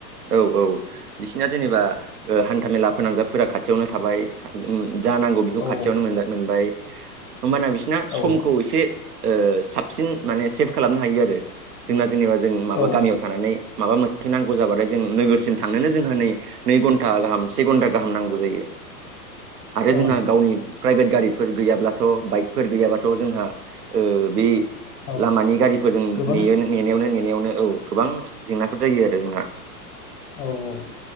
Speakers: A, on the right; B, on the left.
A: औ औ बिसिना जेनेबा ओ हान्थामेला फोनांजाबफोरा खाथियावनो थाबाय। उम जानांगौ बेखौ
B: औ
A: खाथियावनो मोनबाय मोनबाय होमबाना बिसना
B: औ
A: समखौ एसे ओ साबसिन माने सेभ खालामनो हायो आरो जोंना जेनेबा जों माबा
B: औ
A: गामियाव थानानै माबा मोन थि नांगौ जाबाथाय जों नोगोरसिम थांनोनो जोंहा नै नै घन्टा गाहाम से घन्टा गाहाम नांगौ जायो। आरो जोंहा
B: औ
A: गावनि प्राइभेट गारिफोर गैयाब्लाथ' बाइकफोर गैयाब्लााथ' जोंहा ओ बि
B: औ
A: लामानि गारिफोरजों
B: गोबां
A: नेयो नेनायावनो नेनायावनो औ गोबां जेंनाफोर जायो आरो जोंहा।
B: औ औ